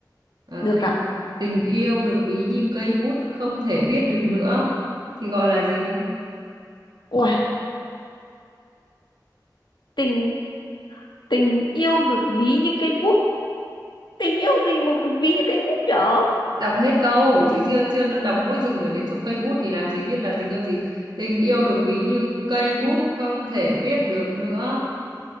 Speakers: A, on the right (about 75°); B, on the left (about 90°).
A: À,
B: được
A: tình
B: ạ
A: tình yêu được ví như cây bút không thể viết được nữa thì gọi là gì?
B: ui tình tình yêu được ví như cây bút tình yêu gì mà được ví như cây bút nhở
A: Đọc hết câu chứ chưa chưa nó đọc mỗi dừng ở đến chỗ cây bút thì làm gì biết là tình yêu gì? Tình yêu được ví như cây bút không thể viết được nữa.